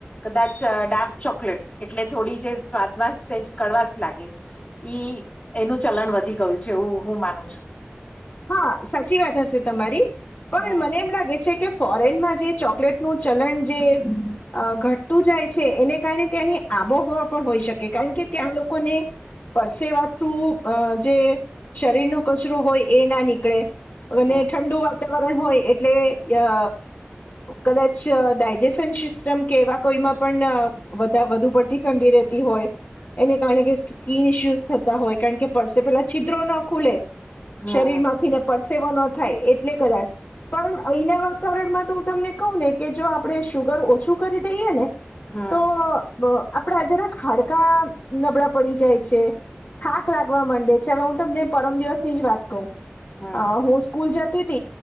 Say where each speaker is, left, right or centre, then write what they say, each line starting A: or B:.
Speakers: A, on the left; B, on the left.
A: કદાચ ડાર્ક ચોકલેટ એટલે થોડી જે સ્વાદમાંસ છેજ કડવાસ લાગે. ઈ એનું ચલન વધી ગયું છે હું હું માનું છું.
B: હા સાચી વાત હશે તમારી પણ
A: હમ
B: મને એમ લાગે છે કે ફોરેનમાં જે ચોકલેટનું ચલણ જે ઘટતું જાય છે એને કારણે તની આબોહવા પણ હોઈ શકે કારણ કે ત્યાં લોકોને પરસેવા થ્રુ જે શરીર નો કચરો હોય એ ના નીકળે અને
A: હમ
B: ઠંડુ વાતાવરણ હોય એટલે અ કદાચ ડાયજેશન સિસ્ટમ કેવા કોઈમાં પણ વધુ પડતી ઠંડી રહે. તી હોય. એને કારણે કે સ્કીિન ઇસ્યુસ થતા હોય કારણ કે પસે પેલા છિદ્રો ના ખુલે.
A: હમ
B: શરીર માંથી ને પડસે. થાય એટલે કદાચ પણ અહીના વાતાવરણમાં તો હું તમને કહું ને કે જો આપણે શુગર ઓછું કરી દઈએ ને
A: હમ
B: તો આપડે જરાક ખાડકા નબળા પડી જાય છે. થાક લાગવા માંડે છે. હવે હું તમને પરમ દિવસ ની જ વાત હું
A: હમ
B: સ્કૂલ જતી ત